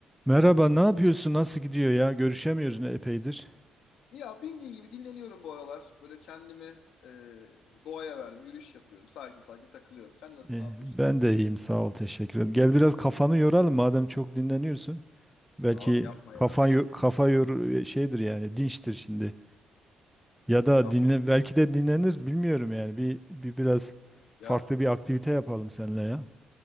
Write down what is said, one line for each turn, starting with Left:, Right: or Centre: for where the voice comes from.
Centre: Merhaba, ne yapıyorsun? Nasıl gidiyor ya? Görüşemiyoruz ne epeydir.
Left: Ya bildiğin gibi dinleniyorum bu aralar. Böyle kendimi e, doğaya verdim. Yürüyüş yapıyorum. Sakin sakin takılıyorum. Sen nasıl
Centre: Ee,
Left: ne yapıyorsun
Centre: ben
Left: abi?
Centre: de iyiyim, sağ ol, teşekkür ederim. Gel biraz kafanı yoralım madem çok dinleniyorsun. Belki
Left: Abi yapma
Centre: kafan
Left: ya.
Centre: yo- kafa yor şeydir yani dinçtir şimdi. Ya da
Left: <laughs> Yapma.
Centre: dinle belki de dinlenir bilmiyorum yani. Bir, bir biraz
Left: Ya
Centre: farklı bir aktivite yapalım seninle ya.